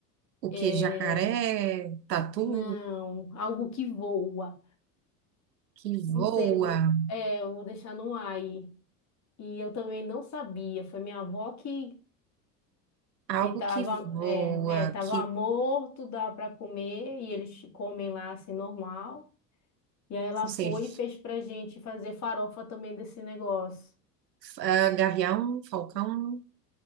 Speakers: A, on the right (about 85°); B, on the left (about 35°).
A: O
B: É...
A: que? Jacaré, tatu,
B: Não, algo que voa.
A: que
B: Não
A: voa,
B: sei, vou... É, eu vou deixar no ar aí. E eu também não sabia. Foi minha avó que
A: algo
B: e tava,
A: que voa,
B: é, é, tava
A: que,
B: morto, dava para comer e eles comem lá assim normal. E aí ela
A: não
B: foi
A: sei,
B: e fez pra gente fazer farofa também desse negócio.
A: ah, gavião, falcão,